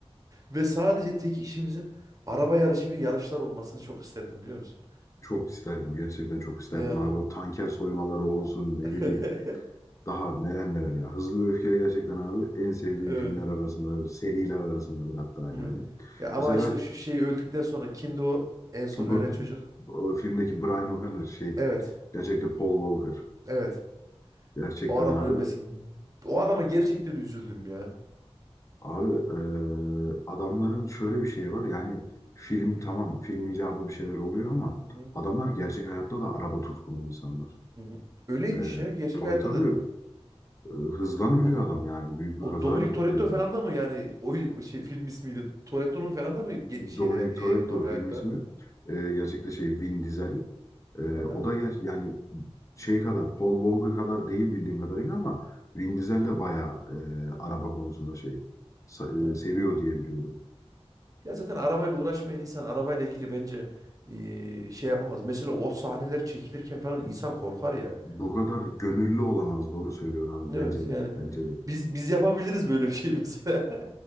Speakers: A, on the right; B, on the left.
A: Ve sadece tek işimizin araba yarışı ve yarışlar olmasını çok isterdim biliyor musun?
B: <laughs> Çok isterdim gerçekten çok isterdim
A: Yani
B: abi o tanker soymaları olsun ne
A: <laughs>
B: bileyim daha neler neler ya. Hızlı ve Öfkeli gerçekten abi en sevdiğim
A: Evet.
B: filmler arasında seriler arasındadır hatta yani.
A: Evet. Ya ama
B: Mesela
A: işte şu şey öldükten sonra kimdi o en son
B: bu,
A: ölen çocuk?
B: bu filmdeki Brian O'Connor şey
A: Evet.
B: gerçekten Paul Walker
A: Evet.
B: gerçekten
A: O adamın
B: abi
A: ölmesi. O adama gerçekten üzüldüm ya.
B: Abi eee, adamların şöyle bir şeyi var yani film tamam film icabı bir şeyler oluyor ama
A: Hı hı,
B: adamlar gerçek hayatta da araba tutkunu insanlar.
A: hı hı. Öyleymiş
B: Eee
A: ya. Gerçek
B: tabii
A: hayatta
B: tabii
A: da
B: e, hızdan ölüyor
A: o,
B: adam yani büyük bir
A: o
B: kaza
A: Dominic
B: yapıp
A: Toretto
B: da ölüyor.
A: falan da mı yani o, o şey film ismiydi. Toretto'nun falan da mı ge- şeyde
B: Dominic Toretto
A: e, normal hayatta?
B: film ismi Eee gerçekte şey Vin Diesel. Eee,
A: Hı hı.
B: o da ger yani şey kadar Paul Walker kadar değil bildiğim kadarıyla ama Vin Diesel
A: hı hı.
B: de bayağı eee, araba konusunda şey sa-
A: Evet.
B: e, seviyor diye biliyorum.
A: Ya zaten arabayla uğraşmayan insan arabayla ilgili bence eee, şey yapamaz. Mesela o sahneler çekilirken falan insan korkar ya.
B: Bu kadar gönüllü olamaz. Doğru söylüyorsun abi.
A: Evet
B: Bence de.
A: yani
B: Bence de.
A: biz biz yapabiliriz böyle bir şey mesela.